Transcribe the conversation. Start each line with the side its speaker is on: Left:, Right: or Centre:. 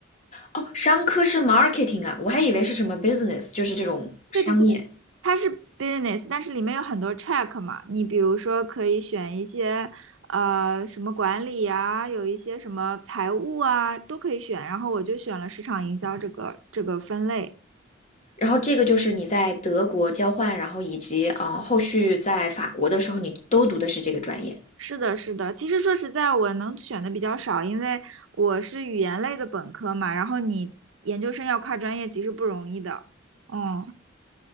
Left: 哦，商科是 marketing 啊，我还以为是什么 business，就是这种商业。
Right: 对对对，它是 business，但是里面有很多 track 嘛，你比如说可以选一些呃什么管理呀，有一些什么财务啊，都可以选。然后我就选了市场营销这个这个分类。
Left: 然后这个就是你在德国交换，然后以及啊、呃后续在法国的时候，你都读的是这个专业。
Right: 是的，是的。其实说实在，我能选的比较少，因为我是语言类的本科嘛，然后你研究生要跨专业，其实不容易的。嗯。